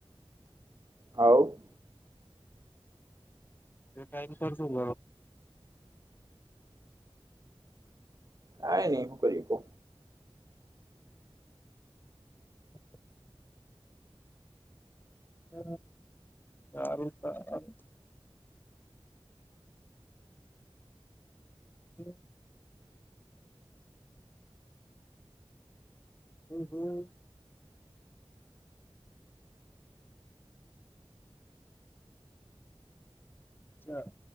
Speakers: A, on the right (about 40°); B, on the left (about 20°).
A: હઉ.
B: એ ટાઈમ કર જું.
A: કઈ નહી, હું કરીશ.
B: <unintelligible> હ, સારું, સારું. હ. હમ, હમ. અચ્છા.